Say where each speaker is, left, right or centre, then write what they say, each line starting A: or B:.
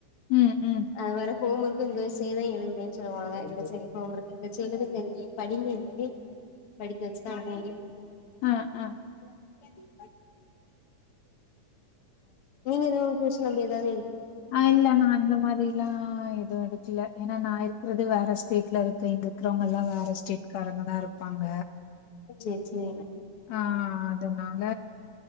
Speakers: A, on the left; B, on the left.
A: ம், ம்.
B: அது வரு ஹோம் ஒர்க்கு இங்க வச்சே தா எழுதுவேனு சொல்லுவாங்க செரி செரி ஹோம் ஒர்க்கு இங்க வச்சு எழுங்க இங்கே படிங்கனு சொல்லி படிக்க வச்சுதா ஆணைங்க
A: அஹ அஹ
B: <inaudible> நீங்க எதுவும் டியூசன் அப்டி எதாவது எ
A: ஆஹ் இல்ல நா அந்த மாரிலா எதுவு எடுக்கல ஏன்னா நா இ இருக்றது வேற ஸ்டேட்ல இருக்கு இங்க இருக்கிறவங்க எல்லா வேற ஸ்டேட்காரங்க தா இருப்பாங்க
B: செரி செரி
A: ஆஹ் அதனால